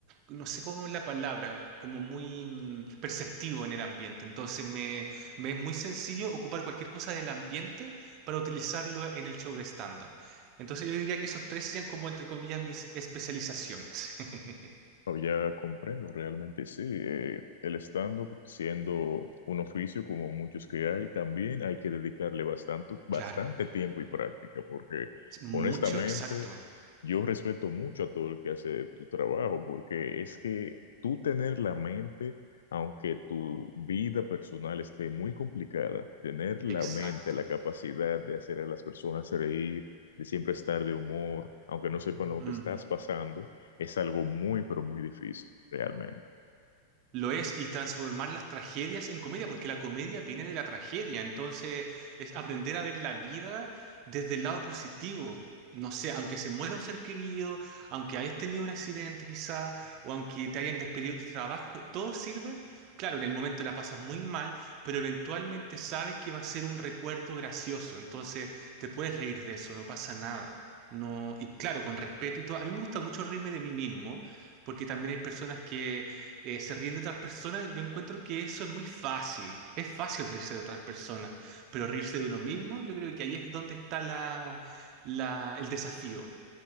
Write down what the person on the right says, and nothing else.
no sé cómo es la palabra, como muy mm, perceptivo en el ambiente. Entonces me, me es muy sencillo ocupar cualquier cosa del ambiente para utilizarlo en el show de stand-up. Entonces yo diría que esos tres serían como, entre comillas, mis especializaciones. <laughs>
Claro,
es mucho,
exacto,
exacto.
Mm.
Lo es, y transformar las tragedias en comedia, porque la comedia viene de la tragedia, entonces es aprender a ver la vida desde el lado positivo. No sé, aunque se muera un ser querido, aunque hayas tenido un accidente quizá, o aunque te hayan despedido de tu trabajo, todo sirve. Claro, en el momento la pasas muy mal, pero eventualmente sabes que va a ser un recuerdo gracioso, entonces te puedes reír de eso, no pasa nada. No, y claro, con respeto y todo. A mí me gusta mucho reírme de mí mismo, porque también hay personas que eh, se ríen de otras personas, yo encuentro que eso es muy fácil. Es fácil reírse de otras personas, pero reírse de uno mismo, yo creo que ahí es donde está la, la, el desafío.